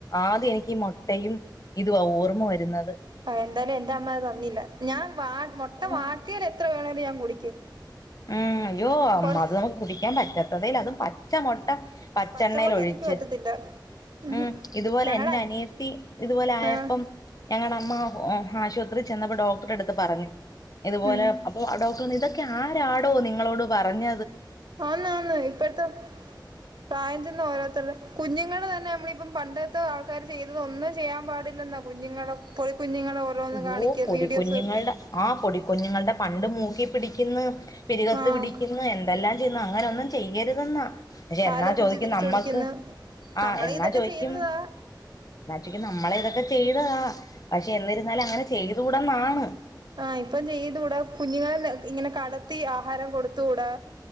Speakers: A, on the left; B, on the right.
A: ആദ്യം എനിക്ക് മുട്ടയും ഇത് ഓർമ്മ വരുന്നത്
B: ആ എന്തായാലും എന്റെ അമ്മത് നന്നില്ല ഞാൻ മൊട്ട
A: ഉം
B: വാട്ടിയൽ എത്ര വേണേലും ഞാൻ കുടിക്കും
A: ഉം അയ്യോ അ
B: കൊറച്ച്
A: അത് നമക്ക് കുടിക്കാൻ പറ്റാത്തതേയില്ല പച്ച മോട്ട പച്ചെണ്ണൽ
B: പച്ചമൊട്ട
A: ഒഴിച്ച്
B: എനിക്ക് പറ്റത്തില്ല മ്ഹും
A: ഉം ഇതുപോലെ
B: ഞങ്ങടെ
A: എന്റെ അനിയത്തി ഇതുപോലെ ആയപ്പം
B: ആഹ്
A: ഞങ്ങളുടെ അമ്മ ഓ ആശുപത്രിയിൽ ചെന്നപ്പോ ഡോക്ടറെടുത്ത് പറഞ്ഞു ഇതുപോലെ
B: ഉം
A: അപ്പൊ ഡോക്ടർ ഇതൊക്കെ ആ ആരാടോ നിങ്ങളോട് പറഞ്ഞ
B: അന്ന് അന്ന് ഇപ്പോഴത്തെ പ്രായം ചെന്ന ഓരോരുത്തരുടെ കുഞ്ഞുങ്ങള് തന്നെ നമ്മളിപ്പം പണ്ടത്തെ ആൾക്കാര് ചെയ്തത് ഒന്നും ചെയ്യാൻ പാടില്ലെന്നാ കുഞ്ഞുങ്ങളെ കുഞ്ഞുങ്ങളെ ഓരോന്ന്
A: അയ്യോ
B: കാണിക്ക
A: പൊടിക്കുഞ്ഞുങ്ങളുടെ
B: വീഡിയോസ്
A: ആ പൊടിക്കുഞ്ഞുങ്ങളുടെ പണ്ട് മൂക്കി പിടിക്കുന്ന്. പിരികത്ത്
B: ആഹ്
A: പിടിക്കുന്നു. എന്തെല്ലാം ചെയ്യുന്നു അങ്ങനെ ഒന്നും ചെയ്യരുതെന്നാ. പക്ഷെ
B: കാലേ
A: എന്നാ
B: പിടിച്ച്
A: ചോദിക്കും
B: തിരിച്ചോടിക്കുന്ന്
A: നമ്മക്ക് ആഹ്
B: നമ്മള്
A: എന്നാ
B: ഇതൊക്കെ
A: ചോദിക്കും
B: ചെയ്തതാ
A: എന്നാ ചോയിക്കും നമ്മളെ ഇതൊക്കെ ചെയ്തതാ പക്ഷെ എന്നിരുന്നാലും അങ്ങനെ ചെയ്തൂടന്നാണ്.
B: ആഹ് ഇപ്പം ചെയ്തുകൂടാ കുഞ്ഞുങ്ങളെ ഇങ്ങനെ കടത്തി ആഹാരം കൊടുത്തുകൂടാ,